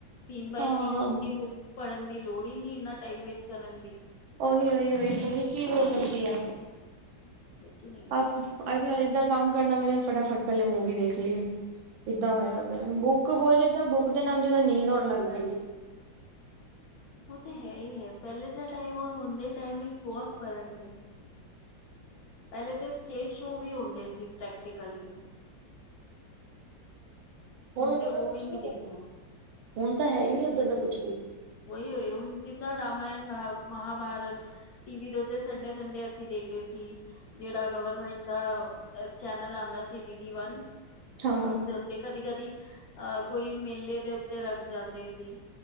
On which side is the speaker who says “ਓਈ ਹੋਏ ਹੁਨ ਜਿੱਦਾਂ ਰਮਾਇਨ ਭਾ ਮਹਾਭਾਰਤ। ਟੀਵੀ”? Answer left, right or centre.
Left